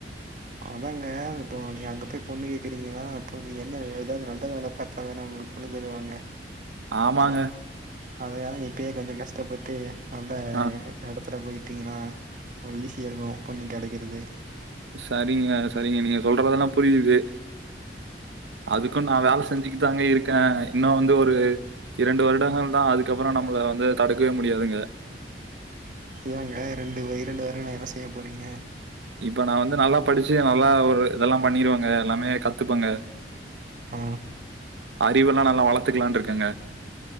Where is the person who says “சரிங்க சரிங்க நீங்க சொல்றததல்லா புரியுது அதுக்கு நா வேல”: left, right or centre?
Right